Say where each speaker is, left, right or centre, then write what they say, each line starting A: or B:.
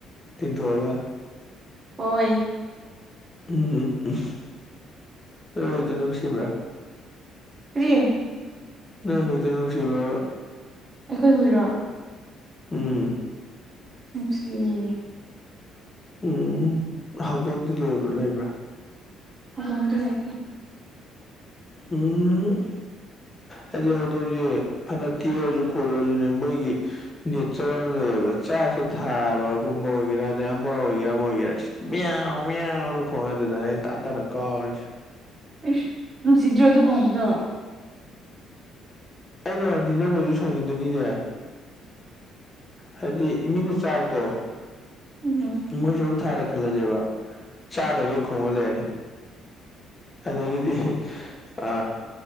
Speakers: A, on the left; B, on the right.
A: ꯇꯤꯟ ꯊꯣꯔꯒ
B: ꯑꯣꯏ
A: ꯎꯝ ꯎꯝ ꯎꯝ ꯅꯣꯏ ꯖꯨꯏꯗꯣ ꯅꯨꯡꯁꯤꯕ꯭ꯔ
B: ꯀ꯭ꯔꯤ
A: ꯅꯣꯏ ꯍꯨꯏꯗ ꯅꯨꯡꯁꯤꯕ꯭ꯔꯕ
B: ꯑꯩꯈꯣꯏ ꯍꯨꯏꯔꯣ
A: ꯎꯝ
B: ꯅꯨꯁꯤꯌꯦ
A: ꯎꯝ ꯍꯧꯗꯣꯡꯗꯤ ꯂꯣꯕ꯭ꯔ ꯂꯩꯕ꯭ꯔ
B: ꯍꯧꯗꯣꯡꯗꯤ ꯂꯩꯇꯦ
A: ꯎꯝ ꯍꯨꯝ ꯍꯥꯏꯗꯤ ꯍꯧꯗꯣꯡꯖꯤ ꯐꯅ ꯇꯤꯔꯁꯨ ꯈꯣꯠꯂꯁꯨꯅꯦ ꯃꯣꯏꯒꯤ ꯅꯦꯆꯔ ꯑꯃ ꯂꯩꯑꯕ ꯆꯥꯛꯁꯤ ꯊꯥꯕꯒꯨꯝꯕ ꯑꯣꯏꯒꯦꯔ ꯑꯗꯩ ꯑꯃ ꯑꯣꯏꯒꯦꯔ ꯑꯃ ꯑꯣꯏꯒꯦꯔ ꯃꯤꯌꯥꯎ ꯃꯤꯌꯥꯎꯅ ꯈꯣꯡꯉꯦ ꯑꯗꯨꯗꯅꯦ ꯑꯩꯅ ꯇꯥꯟꯅ ꯇꯥꯟꯅ ꯀꯥꯎꯔꯤꯁꯦ
B: ꯏꯁ ꯅꯨꯡꯁꯤꯗ꯭ꯔ ꯑꯗꯨ ꯈꯣꯡꯕꯗꯣ
A: ꯑꯦ ꯑꯩꯅ ꯍꯥꯏꯗꯤ ꯅꯪ ꯑꯣꯏꯖꯨ ꯁꯥꯎꯅꯤꯡꯒꯅꯤꯅꯦ ꯍꯥꯏꯗꯤ ꯃꯤꯅ ꯆꯥꯛꯇꯣ
B: ꯎꯝ
A: ꯃꯣꯏ ꯁꯩꯛꯂꯪ ꯊꯥꯔꯦ ꯈꯜꯂꯖꯦꯕ ꯆꯥꯗꯕꯤꯗ ꯈꯣꯡꯉ ꯂꯩꯔꯅꯤ ꯑꯗꯒꯤꯗꯤ ꯑ